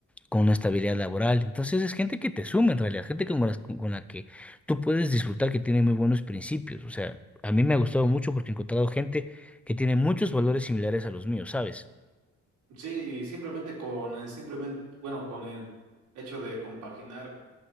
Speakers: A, in the centre; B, on the right.
A: con una estabilidad laboral. Entonces es gente que te suma en realidad, gente con las- con la, que tú puedes disfrutar, que tiene muy buenos principios. O sea, a mí me ha gustado mucho porque he encontrado gente que tiene muchos valores similares a los míos, ¿sabes?
B: Sí, y simplemente con el simplemente, bueno, con el hecho de compaginar